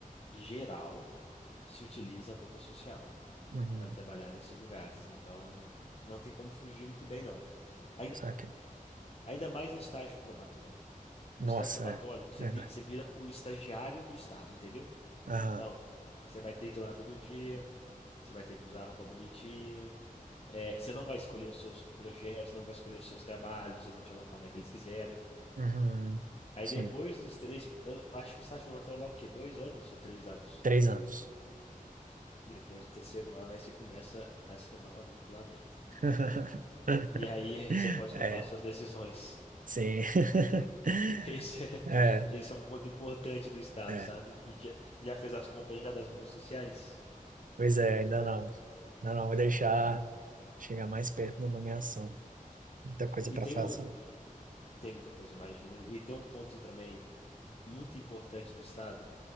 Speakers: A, on the left; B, on the right.
A: geral, se utiliza roupa social
B: uhum.
A: para trabalhar nesses lugares. Então, não tem como fugir muito bem, não. Ainda,
B: Saca.
A: ainda mais no estágio probatório. No
B: Nossa,
A: estágio probatório,
B: é
A: você,
B: verdade.
A: vi- você vira o estagiário do Estado, entendeu?
B: Aham,
A: Então, você vai ter que ir lá todo dia, você vai ter que usar a roupa bonitinho. É, você não vai escolher os seus projetos, não vai escolher os seus trabalhos, eles vão te alocar onde é que eles quiserem.
B: uhum.
A: Aí
B: Sim.
A: depois dos três, eu acho que o estágio probatório é lá o quê? Dois anos ou três anos?
B: Três anos.
A: Depois do terceiro ano, aí você começa a se tornar um adulto lá dentro.
B: <laughs>
A: E aí <laughs> você pode
B: É,
A: tomar suas decisões.
B: sim. <laughs>
A: Esse é, <laughs>
B: É,
A: esse é um ponto importante do Estado,
B: é.
A: sabe? E Já, já fez as compras já das bolsas sociais?
B: Pois é, ainda não. Ainda não, vou deixar chegar mais perto da nomeação. muita coisa
A: E
B: para
A: tem
B: fazer.
A: um, tem muita coisa, imagina. E tem um ponto também muito importante do Estado,